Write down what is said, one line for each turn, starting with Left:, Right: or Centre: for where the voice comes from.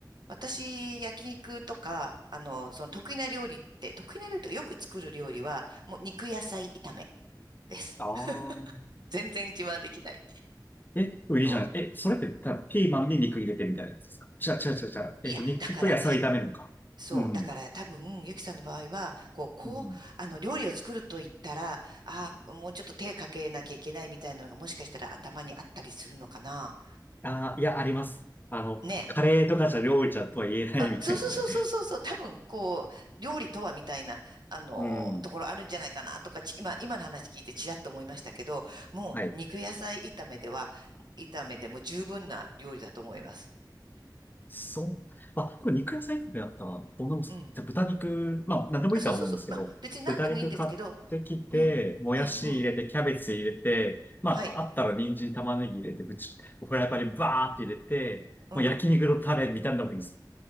Right: 私、焼肉とか、あの、その得意な料理って、得意な料理とかよく作る料理は、もう肉野菜炒めです。
Left: あー。
Right: <laughs> 全然自慢できない。
Left: え、いいじゃない。
Right: でも、
Left: え、それって、ただピーマンに肉入れてみたいなやつですか違う違う違う違う。えっと、
Right: いや、
Left: 肉と野菜炒めるのか。
Right: だからね、そう、
Left: うん。
Right: だから多分、ゆきさんの場合は、こう、こう、
Left: うん。
Right: あの、料理を作ると言ったら、ああ、もうちょっと手かけなきゃいけないみたいなのが、もしかしたら頭にあったりするのかな。
Left: あー、いや、あります。あの、
Right: ね
Left: カレーとかじゃ料理じゃとは言えないみたいなね。
Right: あ、そうそうそうそうそうそう、多分、こう、料理とはみたいな、あの、
Left: うん。
Right: ところあるんじゃないかなとか、ち、今、今の話聞いてちらっと思いましたけど、もう肉野菜炒めでは、
Left: はい。
Right: 炒めでも十分な料理だと思います。
Left: そう。まあ、でも肉野菜炒めだったらどんなもんですかじゃあ豚肉、
Right: うん。
Left: まあ、なんでもいいとは思うんですけど、
Right: あ、そうそうそう。まあ、別に何でもいいんですけど、
Left: 豚肉買ってきて、
Right: うん、
Left: もやし入れて、
Right: うん、うん。
Left: キャベツ入れて、まあ、
Right: はい、
Left: あったら人参、玉ねぎ入れて、ぶち、フライパンにバーって入れて、
Right: うん。
Left: もう焼肉のタレみたいなのもいいです。